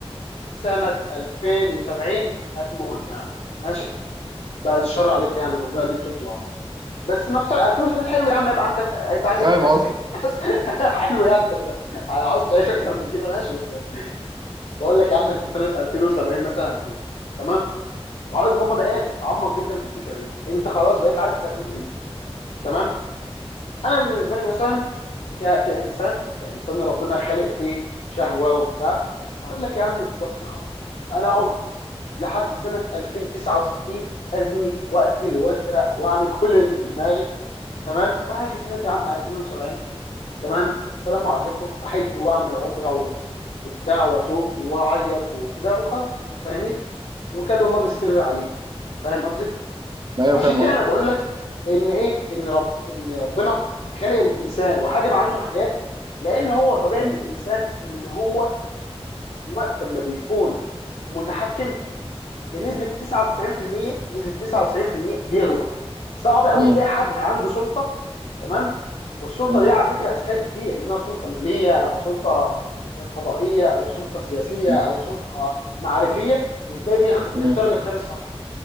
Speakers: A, on the left (about 70°); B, on the right (about 45°).
A: سنة 2070 هتموت يا عم ماشي بعد الشر عليك يعني ربنا يديك طول العمر بس نفترض 2070 حلو يا عم يبقى عندك يبقى عندك
B: فاهم
A: بتاع
B: قصدي
A: 70 سنة بس. <laughs> حلو يعني انت مش عاوز تعيش اكتر من كده ماشي بس بقول لك يا عم انت سنة 2070 مثلا هتموت تمام وعاوز تغمض عينك وتتعمق جدا في الفكرة دي انت خلاص بقيت عارف انت هتموت امتى تمام انا بالنسبه لي مثلا ك... كانسان كانسان ربنا خالق فيه شهوه وبتاع اقول لك يا عم ببساطه خالص يا عم انا اقعد لحد سنه 2069 ازني واقتل واسرق واعمل كل اللي في دماغي تمام وهاجي سنه يا عم 2070 تمام السلام عليكم احج واعمل عمره و... وبتاع واتوب واعيط وكده وخلاص فاهمني وكان الله بالسر عليه فاهم قصدي
B: ايوه
A: عشان
B: فاهم
A: كده انا بقول لك ان ايه ان رب ان ربنا خلق الانسان وحجب عنه حاجات لان هو طبيعه
B: قصدي
A: الانسان ان هو وقت ما بيكون متحكم بنسبه 99% نسبه 99% بيغلط صعب قوي
B: مم.
A: تلاقي حد عنده سلطه تمام والسلطه
B: مم.
A: دي على فكره اشكال كتير منها سلطه ماليه او سلطه قضائيه او سلطه سياسيه
B: مم.
A: او سلطه معرفيه وتلاقيه بيخ-
B: مم.
A: بيختار الاختيار الصح